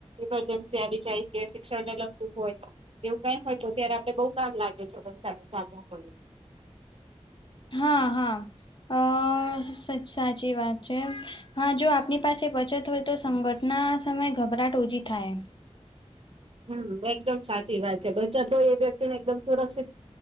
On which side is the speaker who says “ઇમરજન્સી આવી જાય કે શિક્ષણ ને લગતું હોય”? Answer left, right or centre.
Right